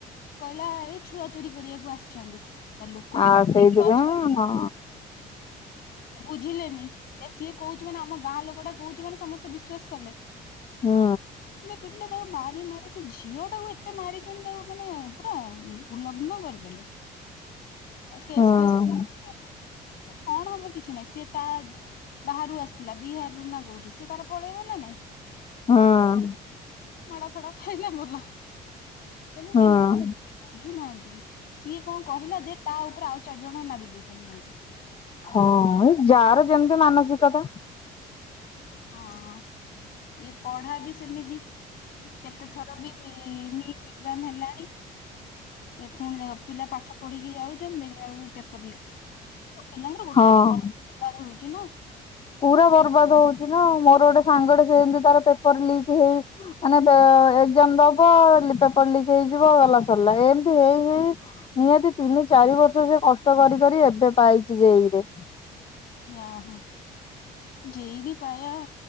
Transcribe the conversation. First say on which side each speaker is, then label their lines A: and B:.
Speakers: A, on the left (about 65°); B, on the left (about 35°).
A: କହିଲା ଏଇ ଛୁଆ ଚୋରି କରିବାକୁ ଆସିଛନ୍ତି। ତା ଲୋକ ବି
B: ଆଉ
A: ସେତିକି
B: ସେଇଥିପାଇଁ।
A: ଅଛନ୍ତି ବୁଝିଲେନି ସିଏ କହୁଛି ମାନେ ଆମ ଗାଁ ଲୋକ ଟା କହୁଛି ମାନେ ସମସ୍ତେ ବିଶ୍ଵାସ କଲେ।
B: ହଁ
A: ପିଟିଲେ ତାକୁ ମାରି ମାରି ସେ ଝିଅ ଟାକୁ ଏତେ ମାରିଛନ୍ତି ତାକୁ ମାନେ। ଉଲ୍ଲଗ୍ନ କରିଦେଲେ। କେସ୍
B: ହୁଁ
A: ଫସ୍
B: ହୁଁ।
A: ହେଇଛି କଣ ହବ କେଜାଣି। କିଛି ନାଇଁ ସେ ତ ବାହାରୁ ଆସିଥିଲା। ବିହାରରୁୁ ନା କୋଉଠି ସେ ତାର ପଳେଇବ ନା ନାଇଁ।
B: ହଁ।
A: ମାଡ଼ ଫାଡ଼ ଖାଇଲେ ଭଲ। ତେଣୁ
B: ହଁ
A: ଏ ଲୋକେ ବୁଝୁ ନାହାନ୍ତି। କିଏ କଣ କହିଲା ଦେ ତା ଉପରେ ଆଉ ଚାରି ଜଣ ନାଦି ଦଉଛନ୍ତି।
B: ହଁ ଏଇ ଯା ର ଯେମିତି ମାନସିକତା।
A: ହଁ ଇଏ ପଢା ବି ସେମିତି। କେତେ ଥର ବି ନିଟ୍ ହେଲାଣି। ପୁଣି ଦେଖ ପିଲା ପାଠ ପଢିକି ଯାଉଛନ୍ତି ଦେଖିଲା ବେଳକୁ ପେପର ଲିକ୍। ଆ ପିଲାଙ୍କର ଗୋଟେ
B: ହଁ
A: ଗୋଟେ ବର୍ଷ ବରବାଦ ହଉଛି ନା।
B: ପୁରା ବର୍ବାଦ ହଉଛି ନା ମୋର ଗୋଟେ ସାଙ୍ଗଟେ ସେ ଯେମତି ତାର ପେପର ଲିକ୍ ହେଇ ମାନେ ଏଜାମ ଦବ ପେପର୍ ଲିକ୍ ହେଇଯିବ ଗଲା ସରିଲା ଏମତି ହେଇ ହେଇ ନିହାତି ତି ଚାରି ବର୍ଷ ସେ କଷ୍ଟ କରି କରି ଏବେ ପାଇଛି ଯେଇ ରେ।
A: ଓହୋ। ଯେଇ ବି ପାଇବା